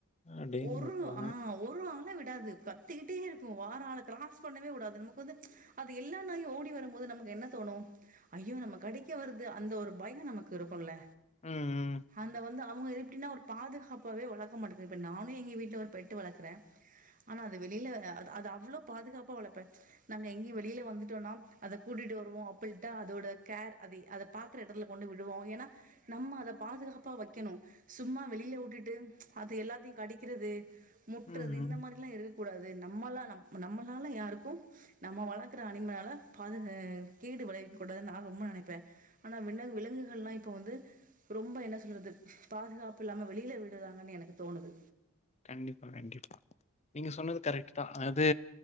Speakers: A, on the left (about 30°); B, on the right (about 40°).
A: அடேங்கப்பா
B: ஒரு ஆ ஒரு ஆள விட் டாது கத் திக்கிட்டே இருக்கு வார ஆள கிராஸ் பண்ணவே உடாது நமக்கு வந்து ப்ச் அது எல்லா நாயு ஓடி வரும்போது நமக்கு என்ன தோணு ஐயோ நம்ம கடிக்க வருது அந்த ஒரு பயோ நமக்கு இருக்குல்ல
A: ம் ம்
B: அந்த வந்து அவுங்க எப்டின்னா ஒரு பாதுகாப்பாவே வளக்க மாட்டுகு இப்ப நானு எங்க வீட்ல ஒரு பெட்டு வளக்குறே ஆனா அது வெளியில அது அது அவ்ளோ பாதுகாப்பா வளப்பே நாங்க எங்கியு வெளியில வந்துட்டோனா அத கூட்டிட்டு வருவோ அப்பில்ட்டா அதோட கேர் அதி அதப் பாக்குற எடத்ல கொண்டு விடுவோ ஏன்னா நம்ம அத பாதுகாப்பா வெக்கணு சும்மா வெளியில உட்டுட்டு ப்ச் அது எல்லாத்தியு கடிக்கிறது முட்றது
A: ம் ம்
B: இந்த மாரில்லா எது கூடாது நம்மலால் நம் நம்மளால யாருக்கு நம்ம வளக்குற அனிமலால பாதுகே கேடு விளைவிக் கூடாது நா ரொம்ப நெனைப்பே ஆனா விலங் விலங்குகளெல்லா இப்போ வந்து ரொம்ப என்ன சொல்றது பாதுகாப்பு இல்லாம வெளியில விடுறாங்கனு எனக்கு தோணுது
A: கண்டிப்பா கண்டிப்பா நீங்க சொன்னது கரெட்டு தா அது